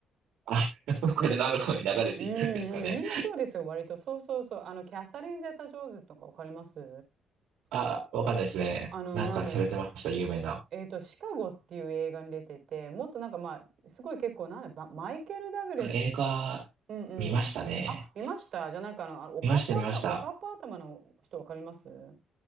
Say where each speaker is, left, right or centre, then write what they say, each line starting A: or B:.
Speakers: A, on the right; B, on the right.
A: あ、<laughs> これのある方に流れていくんですかね。
B: うんうん、みんなそうですよ、割と。そうそうそう。あの、キャサリン・ゼタ・ジョーンズとかわかります
A: あ、わかんないですね。
B: あの、
A: なんかされてました、
B: なんだ、
A: 有名な。
B: えっと、シカゴっていう映画に出てて、もっとなんかまあ、すごい結構、なんだ、ばマイケル・ダグラス
A: 映画、
B: うんうん。
A: 見ましたね。
B: あ、見ました。じゃあなんかあの、あのおかっぱ頭、
A: 見ました、見ました。
B: おかっぱ頭の人わかりますう